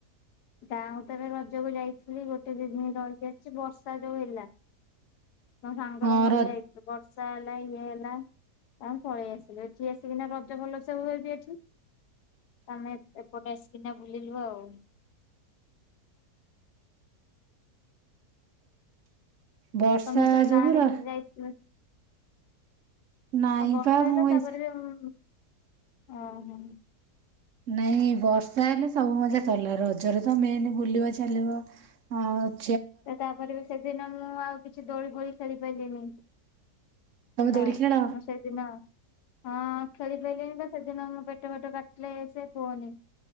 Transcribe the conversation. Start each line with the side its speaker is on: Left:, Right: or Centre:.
Left: ଗାଁ କୁ ତ ଏବେ ରଜକୁ ଯାଇଥିଲି ଗୋଟେ ଦି ଦିନ ରହି ଆସିଛି, ବର୍ଷା ଯୋଉ ହେଲା। ମୋ ସାଙ୍ଗର
Right: ହଁ
Left: ମୋର
Right: ର
Left: ଯାଇଥୁ ବର୍ଷା ହେଲା ଇଏ ହେଲା। ତ ପଳେଇ ଆସିଲୁ। ଏଠି ଆସିକି ନା ରଜ ଭଲ ସେ ହୁଏ ବି ଏଠି। ତମେ ଏପଟେ ଆସିକିନା ବୁଲିଲୁ ଆଉ।
Right: ଆ ବର୍ଷା
Left: ଆ ତମେ ଏଥର
Right: ଯୋଗୁ
Left: ଗାଁଆଡ଼େ
Right: ର
Left: ରେ ବି ଯାଇଥିଲ?
Right: ନାଇଁ
Left: ଆଉ ବର୍ଷା
Right: ବା
Left: ହେଲା
Right: ମୁଁ
Left: ତାପରେ
Right: ଏ
Left: ବି ଉମ୍ ଓ ହୋ!
Right: ନାଇଁ ବର୍ଷା ହେଲେ ସବୁ ମଜା ସରଲା ରଜରେ ତ ମେନ ବୁଲିବ ଚାଲିବ ଆଁ ପ୍
Left: ତ ତାପରେ ବି ସେଦିନ ମୁଁ ଆଉ କିଛି ଦୋଳି ଫୋଳି ଖେଳି ପାଇଲିନି।
Right: ତମେ
Left: ଆଲା,
Right: ଦୋଳି ଖେଳ?
Left: ମୁଁ ସେଇ ଦିନ ହଁ। ଖେଳି ପାଇଲିନି ତ ସେଦିନ ମୁ ପେଟ ଫେଟ କାଟିଲେ ସେ କୁହନି।